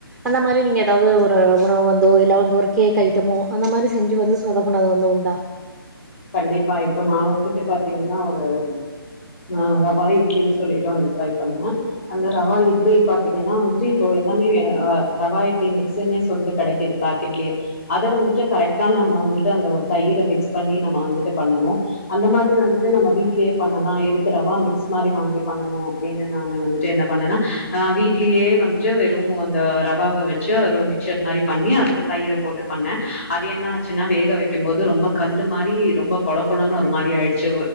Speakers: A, in the centre; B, on the left (about 35°).
A: அந்த மாரி நீங்க எதாவது ஒரு உணவு வந்தோ இல்ல வந்து ஒரு கேக் ஐட்டமோ அந்த மாரி செஞ்சு வந்து சொதப்புனது வந்து உண்டா
B: கண்டிப்பா இப்ப நா வந்துட்டு பாத்தீங்கன்னா ஹ் நா ரவா இட்லின்னு சொல்லிட்டு ஒன்னு ட்ரை பண்ணுவ அந்த ரவா இட்லி பாத் பாத்திங்கனா வந்துட் இப்போ எல்லாமே ரவா இட்லி மிக்ஸ்னே சொல்ட்டு கெடைக்குது பாக்கெட்லியே அத வந்துட்டு கரெக்டா நம்ம வந்துட்டு அந்த ஒரு தயிர மிக்ஸ் பண்ணி நம்ம வந்துட்டு பண்ணனு அந்த மாரி வந்துட் நம்ம வீட்லயே பண்ணலா எதுக்கு ரவா மிக்ஸ் மாரி வாங்கி பண்ணனு அப்டின்னு நானு வந்துட் என்ன பண்ணனா நா வீட்லயே வந்துட்டு வெறு அந்த ரவாவ வச்சு மிக்சர் மாரி பண்ணி அதுல தயிர போட்டு பண்ணே அது என்னாச்சுனா வேக வைக்கு போது ரொம்ப கல்லு மாரி ரி ரொம்ப கொழ கொழனு ஒரு மாரி ஆயிச்சு